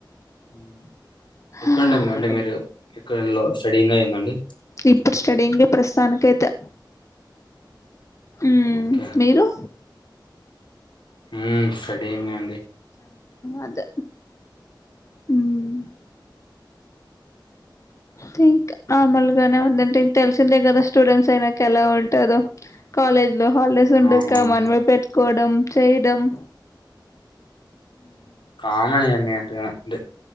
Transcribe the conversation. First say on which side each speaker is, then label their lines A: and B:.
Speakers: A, on the left; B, on the left.
A: ఉమ్,
B: హాఁ
A: ఎక్కడండి మీ- అంటే మీరు ఎక్కడలో స్టడీంగ్ అయ్యిందండి
B: ఇప్ ఇప్పుడు స్టడింగే ప్రస్తుతానికైతే ఉమ్
A: ఓకే
B: మీరు
A: ఉమ్ స్టడియింగే అండి
B: ఆదే ఉమ్ థింక్ ఆమల్ గానే ఉందంటే తెల్ సిందే గదా స్టూడెంట్స్ అయినాక ఎలా ఉంటాదొ కాలేజ్ లో హాల్ డేస్ ఉండక
A: అవునవును
B: మన్ వే పెట్ కోడం చేయ్ డమ్
A: కామన్ ఈయన్ని డు